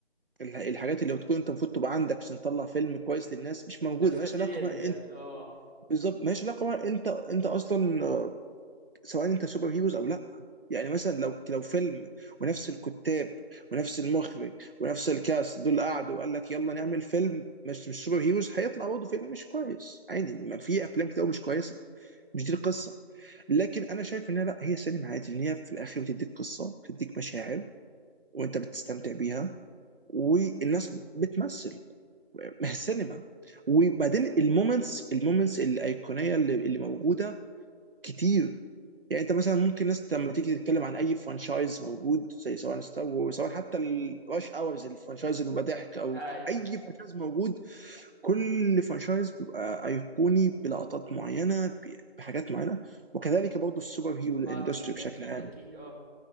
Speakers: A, on the right; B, on the right.
A: الح- الحاجات اللي بتكون انت المفروض تبقى عندك عشان تطلع فيلم كويس للناس مش موجوده
B: سورس
A: مالهاش
B: ماتيريال
A: علاقه بقى
B: اه
A: انت بالظبط مالهاش علاقه بقى انت انت اصلا سواء انت سوبر هيروز او لا يعني مثلا لو لو فيلم ونفس الكتاب ونفس المخرج ونفس الكاست دول قعدوا وقال لك يلا نعمل فيلم مش مش سوبر هيروز هيطلع برضه فيلم مش كويس عادي ما في افلام كتير أوي مش كويسه مش دي القصه لكن انا شايف ان لا هي سينما عادي ان هي في الاخر بتديك قصه بتديك مشاعر وانت بتستمتع بيها والناس بتمثل <laughs> ما هي السينما وبعدين المومنتس المومنتس الايقونيه اللي, اللي موجوده كتير يعني انت مثلا ممكن ناس لما تيجي تتكلم عن اي فرانشايز موجود زي سواء ستار وورز سواء حتى الراش اورز الفرانشايز اللي بيبقى ضحك او
B: ايوه
A: اي فرانشايز موجود كل فرانشايز بيبقى ايقوني بلقطات معينه ب- بحاجات معينه وكذلك برضه السوبر هيرو
B: ما
A: اندستري
B: اكيد
A: بشكل
B: اكيد
A: عام
B: اكيد اه